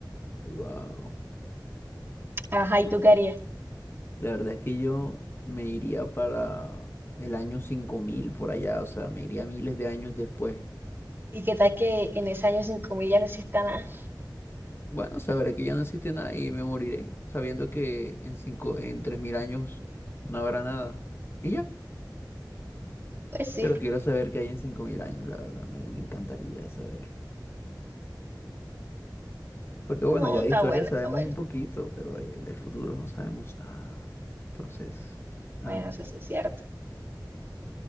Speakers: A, on the left; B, on the right.
A: Wow.
B: Ajá, ¿y tú qué harías?
A: La verdad es que yo me iría para el año 5000 por allá, o sea, me iría miles de años después.
B: ¿Y qué tal que en ese año sin comida no exista nada?
A: Bueno, sabré que ya no existe nada y me moriré, sabiendo que en cinco, en tres mil años no habrá nada. Y ya.
B: Pues sí,
A: Pero quiero saber qué hay en cinco mil años, la verdad. Me, me encantaría saber. Porque bueno,
B: no,
A: ya de
B: está
A: historia
B: bueno,
A: sabemos
B: está bueno.
A: un poquito, pero de- del futuro no sabemos nada. Entonces, ah,
B: Bueno, eso sí es cierto.